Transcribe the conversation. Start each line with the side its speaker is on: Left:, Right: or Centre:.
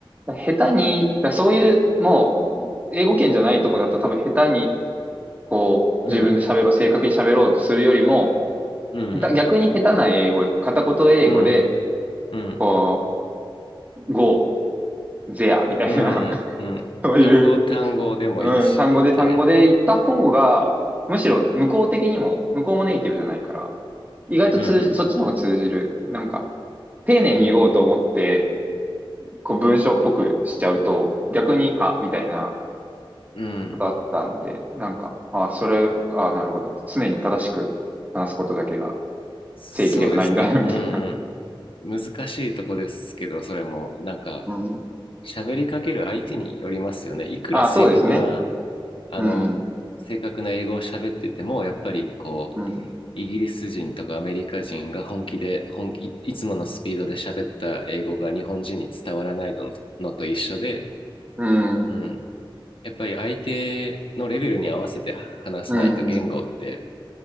Right: だ下手に、だそういう、もう、英語圏じゃないとこだと多分下手に、こう、
Left: うん、
Right: 自分で喋ろう、正確に喋ろうとするよりも、
Left: うん、
Right: 下手、逆に下手な英語、片言英語で、
Left: うん、うん、
Right: こう、go, there みたいな
Left: うん、
Right: <laughs>
Left: うん。
Right: そういう、
Left: 単語単語でもいいし、
Right: うん、単語で単語で言った方が、
Left: みたいな。
Right: むしろ向こう的にも、向こうもネイティブじゃないから、意外と通じ、
Left: うん、
Right: そっちの方が通じる。なんか、丁寧に言おうと思って、
Left: うん、
Right: こう文章っぽくしちゃうと、逆に、あ、みたいな
Left: うん。
Right: ことあったんで、なんか、あ、それ、あ、なるほど。常に正しく話すことだけが
Left: そうですね。
Right: 正義ではないんだな、みたいな。
Left: うん、うん。難しいとこですけど、それも、なんか、
Right: うん。
Left: 喋りかける相手によりますよね。いくら正確な、
Right: あ、そうですね。
Left: あの、
Right: うん、
Left: 正確な英語を喋ってても、やっぱりこう、
Right: うん。
Left: イギリス人とかアメリカ人が本気で、本気、いいつものスピードで喋った英語が日本人に伝わらないの、のと一緒で、
Right: うん、
Left: うん。やっぱり相手のレベルに合わせて話さないと言語って
Right: うん、